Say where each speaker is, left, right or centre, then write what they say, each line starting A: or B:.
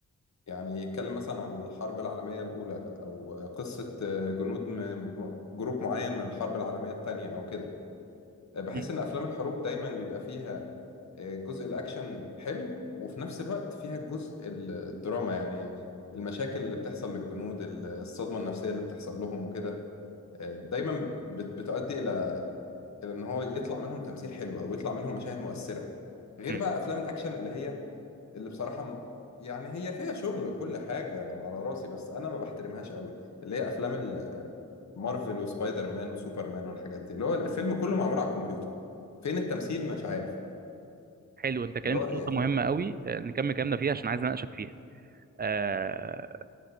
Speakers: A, on the left; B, on the right.
A: يعني يتكلم مثلا عن الحرب العالمية الأولى أو قصة آه، جنود م... م- جروب معين من الحرب العالمية التانية أو كده آه، بحس
B: امم
A: إن أفلام الحروب دايما بيبقى فيها آه، جزء الأكشن حلو وفي نفس الوقت فيها الجزء ال- الدراما يعني المشاكل اللي بتحصل للجنود ال- الصدمة النفسية اللي بتحصل لهم وكده آه، دايما بت- بتؤدي إلى إلى إن هو يطلع منهم تمثيل حلو أو يطلع منهم مشاهد مؤثرة غير
B: امم
A: بقى أفلام الأكشن اللي هي اللي بصراحة م- يعني هي فيها شغل وكل حاجة على راسي بس أنا ما بحترمهاش قوي اللي هي أفلام ال- مارفل وسبايدر مان وسوبر مان والحاجات دي اللي هو الفيلم كله معمول على الكمبيوتر فين التمثيل مش عارف
B: حلو انت كلمت
A: اللي هو
B: في نقطه مهمه قوي آه، نكمل كلامنا فيها عشان عايز اناقشك فيها آه،